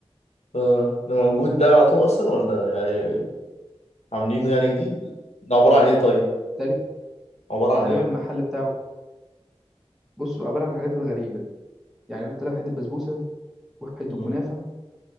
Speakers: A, on the left; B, in the centre.
A: اه ده موجود ده على طول اصلا ولا يعني عاملينه يعني جديد ده عبارة عن ايه طيب
B: تقريبا
A: عبارة عن
B: تقريبا
A: ايه
B: المحل بتاعه بص عباره عن حاجات كده غريبه يعني يحط لك حته بسبوسه وحته
A: مم.
B: كنافه